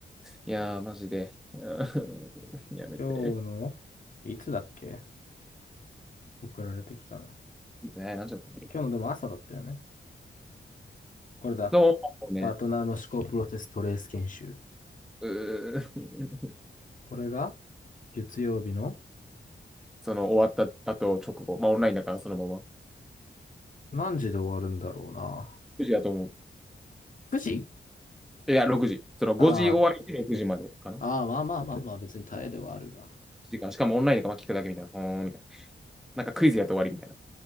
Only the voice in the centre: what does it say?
いやー、マジで。<laughs> うーんやめて。
ねえ、なんちゃったの
そうね。
うーん。
その終わった後直後、まあオンラインだからそのまま。
9時だと思う。
いや、6時。その5時終わりで6時までかな。
時間。しかもオンラインだからまあ聞くだけみたいな。ほーんみたいな。なんかクイズやって終わりみたいな。